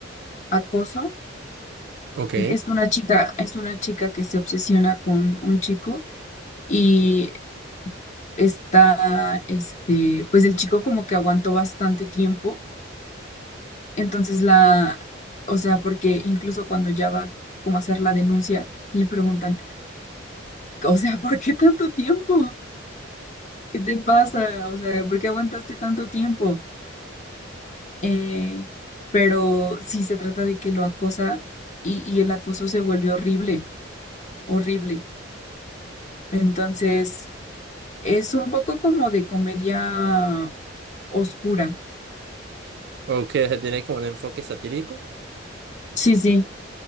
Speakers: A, on the left; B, on the right.
A: acoso.
B: Ok,
A: Es una chica, es una chica que se obsesiona con un chico y está, este, pues el chico como que aguantó bastante tiempo. Entonces la, o sea, porque incluso cuando ya va como a hacer la denuncia, le preguntan, o sea, ¿por qué tanto tiempo? ¿Qué te pasa? O sea, ¿por qué aguantaste tanto tiempo? eh, pero sí se trata de que lo acosa y, y el acoso se vuelve horrible, horrible. Entonces, es un poco como de comedia oscura.
B: ok, tiene como un enfoque satírico.
A: Sí, sí,